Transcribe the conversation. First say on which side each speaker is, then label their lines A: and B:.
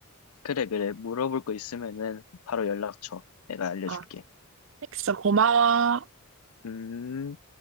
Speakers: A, on the left; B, on the right.
A: 그래 그래 물어볼 거 있으면은 바로 연락 줘. 내가 알려줄게.
B: 아, 알겠어. 고마워.
A: 음.